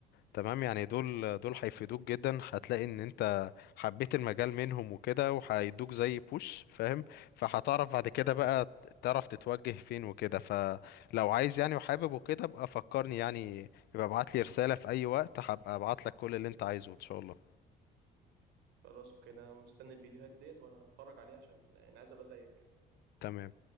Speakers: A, on the left; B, on the right.
A: تمام يعني دول دول هيفيدوك جدا هتلاقي ان انت حبيت المجال منهم وكده وهيدوك زي بوش فاهم فهتعرف بعد كده بقى تعرف تتوجه فين وكده فلو عايز يعني وحابب وكده ابقى فكرني يعني يبقى ابعت لي رسالة في اي وقت هبقى ابعت لك كل اللي انت عايزه ان شاء الله
B: خلاص وكده مستني الفيديوهات ديت وانا هتفرج عليها عشان يعني عايز ابقى زيك كده
A: تمام